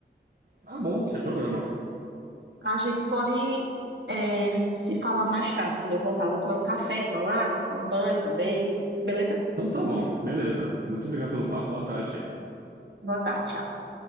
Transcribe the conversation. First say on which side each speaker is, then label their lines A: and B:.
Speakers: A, on the right; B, on the right.
A: Tá bom, sem problema.
B: A gente pode é, se falar mais tarde, quando eu voltar. Vou tomar um café, tomar uma água, tomar um banho também. Beleza?
A: Então tá bom, beleza. Muito obrigado pelo papo, boa tarde
B: Boa tarde, tchau.